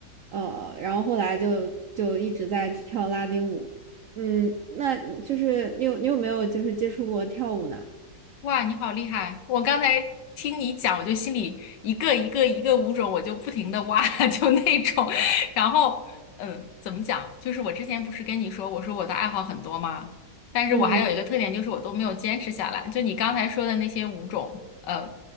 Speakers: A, on the right (about 75°); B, on the left (about 75°).
A: 呃，然后后来就就一直在跳拉丁舞。嗯，那就是你有你有没有就是接触过跳舞呢？
B: 哇，你好厉害！我刚才听你讲，我就心里一个一个一个舞种，我就不停的挖，<laughs> 就那种。然后，嗯，怎么讲？就是我之前不是跟你说，我说我的爱好很多吗？但是我还有一个特点，
A: 嗯，
B: 就是我都没有坚持下来。就你刚才说的那些舞种，呃，